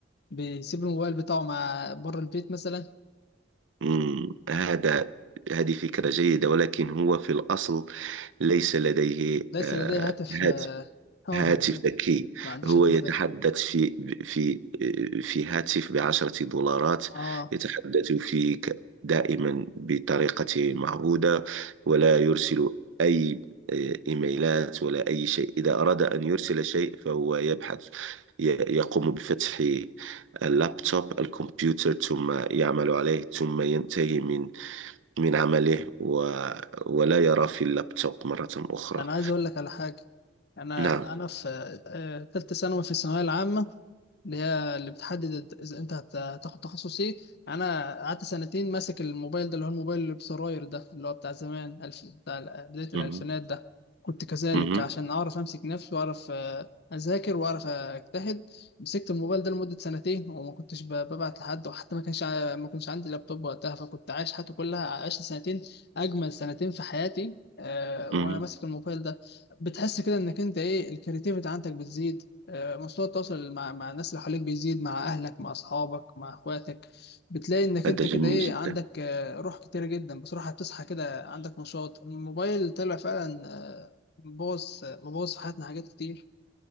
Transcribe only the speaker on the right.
مم، هذا هذه فكرة جيدة ولكن هو في الأصل ليس لديه
آه،
هذا
هاتف
ذكي
هو
يتحدث
في في في هاتف بعشرة دولارات
يتحدث فيك دائما بطريقة معهودة ولا يرسل أي إيميلات ولا أي شيء إذا أراد أن يرسل شيء فهو يبحث ي- يقوم بفتح اللابتوب الكمبيوتر ثم يعمل عليه ثم ينتهي من من عمله و ولا يرى في اللابتوب مرة أخرى
نعم
مم.
مهم.
مهم.
هذا
جميل
جدا